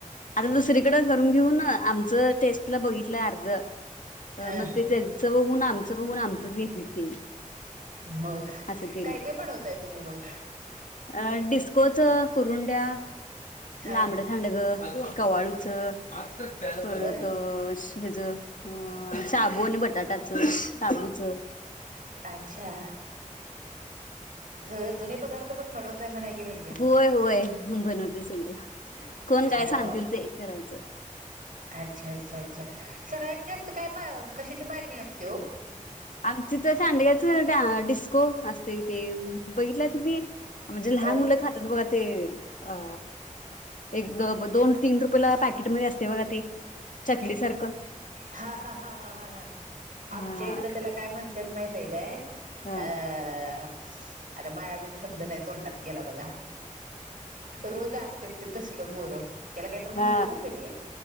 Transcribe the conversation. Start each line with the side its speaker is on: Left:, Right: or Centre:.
Left: आता दुसरीकडे करून घेऊन आमचं. टेस्टला बघितलं अर्ध
Right: ह
Left: मग ते त्याचं बघून आमचं बघून आमचंच घेतली तेनी.
Right: मग
Left: अस केलेत,
Right: काय काय बनवताय तुम्ही मग
Left: <inaudible> डिस्कोच करून द्या,
Right: हा
Left: लांबडं थांड गं कवाळूचं. परत.,
Right: बर
Left: <inaudible> हेज अ. शाबू आणि बटाटाचं. शाबूचं
Right: अच्छा सगळे जुने पदार्थ पण बनवताय म्हणा की म्हणजे
Left: होय-होय बनवते सगळं. कोण काय
Right: हो
Left: सांगतील ते करायचं..
Right: अच्छा! अच्छा-अच्छा सगळ्यात जास्त काय कशाची मागणी असते ओ?
Left: आमची तर सांडग्याच डिस्को असते ते बघितला तुम्ही. म्हणजे लहान
Right: अ
Left: मुलं खातात बघा. ते अ एक दोन तीन रुपयला पॅकेटमध्येध्ये असते बघा ते. चकली सारखं.
Right: हा.. हा.. हा.. हा.. हा
Left: हा
Right: आमच्या इकडं त्याला काय म्हणते माहिते.
Left: हा
Right: आ आता माझा पण शब्द नाही तोंडात. गेला बघा. रोज आणते ते तसल पोरं. त्याला काहीत म्हणतेच
Left: हा
Right: हो त्यानी